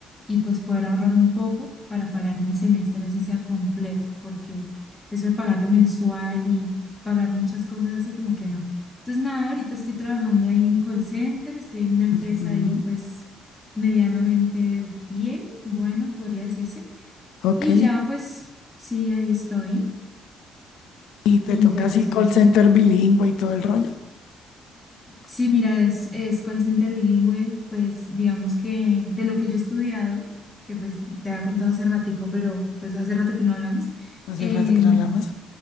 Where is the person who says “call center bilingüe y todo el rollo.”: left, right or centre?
Left